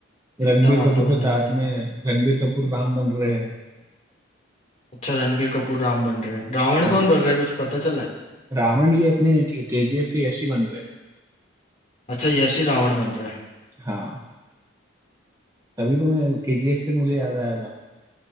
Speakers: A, on the right (about 15°); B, on the left (about 35°).
A: रणबीर
B: सीता माता
A: कपूर के
B: बनने
A: साथ
B: वाली है
A: में रणबीर कपूर राम बन रहे हैं
B: अच्छा रणबीर कपूर राम बन रहे हैं रावण
A: हाँ
B: कौन बन रहा है कुछ पता चला है
A: रावण ये अपने केजीएफ के यश ही बन रहे
B: अच्छा यश ही रावण बन रहा है
A: हैं हाँ तभी तो मैं केजीएफ से मुझे याद आया था